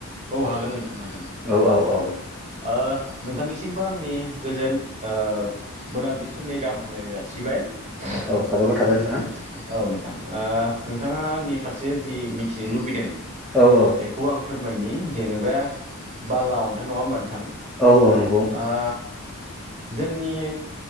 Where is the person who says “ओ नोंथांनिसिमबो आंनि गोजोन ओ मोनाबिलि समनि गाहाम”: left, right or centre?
Right